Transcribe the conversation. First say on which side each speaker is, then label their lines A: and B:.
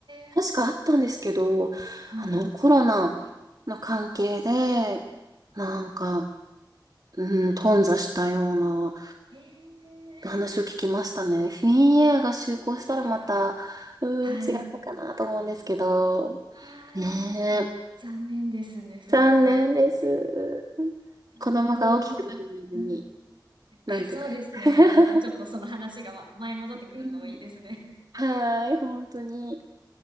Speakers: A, on the right; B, on the right.
A: え。
B: 確かあったんですけど、
A: はい。
B: あの、コロナの関係で、
A: は
B: なんか、うん、頓挫したような
A: い。へ
B: 話を聞きましたね。
A: え。
B: フィンエアが就航したらまた、
A: あー、それは。
B: うーん、
A: はい。
B: 違ったかなと思うんですけど。
A: ああ、
B: ねえ、
A: 残念ですね、それは。
B: 残念です。
A: あー北欧とか。
B: 子供が大きくなるまでに、
A: うん。
B: なんとか。
A: あ、そうですね。
B: <laughs>
A: またちょっとその話がわ前戻ってくるといいですね。
B: うん、<laughs> はーい、本当に。